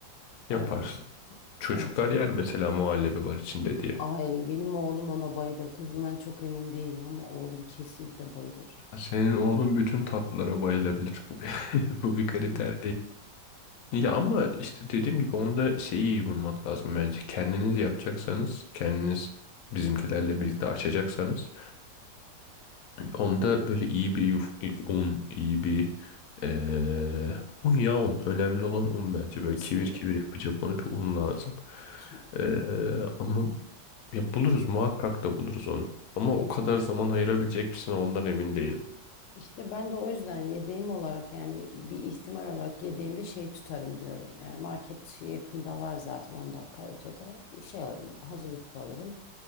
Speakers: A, on the left (about 85°); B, on the left (about 70°).
A: Evet.
B: yaparsın. Çocuklar
A: Evet. evet.
B: yer mesela muhallebi var içinde diye.
A: Ay benim oğlum ona bayılır. Kızımdan çok emin değilim ama oğlum kesinlikle bayılır.
B: Senin oğlun bütün tatlılara bayılabilir. Bu bir, <laughs> bu
A: <laughs>
B: bir kriter Ya ama işte dediğim gibi onda şeyi iyi bulmak lazım bence. Kendiniz yapacaksanız, kendiniz bizimkilerle birlikte açacaksanız onda böyle iyi bir yuf- un, iyi bir eee un ya un. Önemli olan un bence.
A: Kesinlikle.
B: Böyle kivir kivir yapacak onu bir un lazım.
A: Ki-
B: Eee, ama ya buluruz muhakkak da buluruz onu. Ama o kadar zaman ayırabilecek misin ondan emin değilim.
A: İşte ben de o yüzden yedeğim olarak yani bir ihtimal olarak yedeğimde şey tutarım diyorum. Yani market yakında var zaten 10 dakika ötede. Şey alırım, hazır yufka alırım.